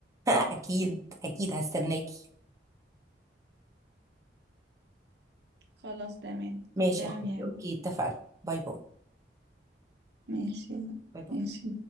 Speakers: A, on the right; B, on the right.
A: <laughs> اكيد اكيد هستناكي
B: خلاص تمام
A: ماشي
B: تمام
A: يا حبيبتي
B: يا هبه
A: اوكي اتفقنا باي باي
B: ماشي
A: باي باي
B: ماشي